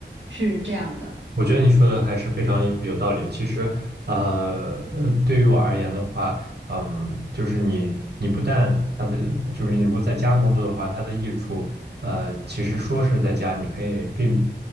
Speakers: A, on the right; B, on the right.
A: 是这样的。
B: 我觉得你说的还是非常有有道理。其实，呃呃，对于我而言的话，嗯，就是你你不但它的，就是你如果在家工作的话，它的益处，呃，其实说是在家，你可以并